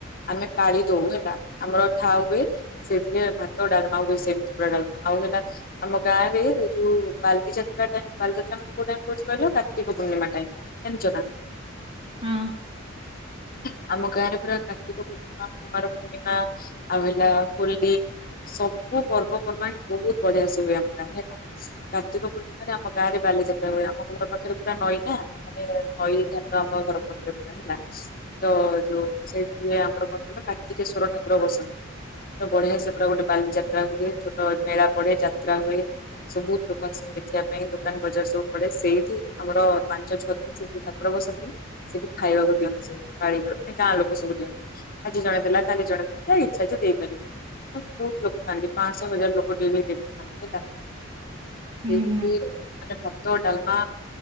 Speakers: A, on the left (about 45°); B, on the right (about 25°).
A: ଆମେ ପାଳି ଦଉ ହେଲା ଆମର ଥା ହୁଏ ସେଥିରେ ଭାତ ଡାଲମା ହୁଏ ସେମିତି ପୁରା ଡା ଆଉ ହେଲା ଆମ ଗାଁ ରେ ଯୋଉ ବାଲିଯାତ୍ରା ଟା ବାଲିଯାତ୍ରା ମାନେ କୋଉ ଟା ମୁଁ କହୁଛି କହିଲ କାର୍ତ୍ତିକ ପୂର୍ଣ୍ଣିମା ଟା ଜାଣିଚ ନା।
B: ହଁ।
A: <inaudible> ଆମ ଗାଁ ରେ ପୁରା କାର୍ତ୍ତିକ ପୂର୍ଣିମା, କୁମାର ପୂର୍ଣ୍ଣିମା, ଆଉ ହେଲା ହୋଲି ସବୁ ପର୍ବ ପର୍ବାଣି ବହୁତ ବଢିଆ ସେ ହୁଏ ଆମ ଗାଁ ହେଲା କାର୍ତ୍ତିକ ପୂର୍ଣ୍ଣିମାରେ ଆମ ଗାଁରେ ବାଲି ଯା ତ୍ରା ହୁଏ ଆମ ଘର ପାଖରେ ପୁରା ନଈ ନା ମାନେ ନଈ ଯା ଆମ ଘର ପାଖରେ ପୁରା ହେଲା ତ ଯୋଉ ସେଇଠି ଆମର କଣ କାର୍ତ୍ତିକେଶ୍ଵର ଠାକୁର ବସନ୍ତି ବଢିଆ ସେ ପୁରା ଗୋଟେ ବାଲିଯାତ୍ରା ହୁଏ ଛୋଟ ମେଳା ପଢେ ଯାତ୍ରା ହୁଏ। ସବୁ ଲୋକଙ୍କ ଆସନ୍ତି ଦେଖିବା ପାଇଁ ଦୋକାନ ବଜାର ସବୁ ପଡେ ସେଇଠି ଆମର ପା <unintelligible> ସେଠି ଠାକୁର ବସନ୍ତି ସେଠି ଖାଇବାକୁ ଦିଅନ୍ତି ସବୁ ପାଳି କରନ୍ତି ଗାଁ ଲୋକ ସବୁ ଦିଅନ୍ତି। ଆଜି ଜଣେ ଦେଲା କାଲି ଜଣେ ଦେଲା ତା ଇଚ୍ଛା ଯିଏ ଦେଇପାରିବ। ବହୁତ ଲୋକ ଥାଆନ୍ତି ପାଁଶହ, ହଜାର ଲୋକ ଡେଲି ଡେଲି ଖାଆନ୍ତି ହେଲା।
B: ହୁଁ
A: ସେଇଥି
B: ହୁଁ
A: ମାନେ ଭାତ ଡାଲମା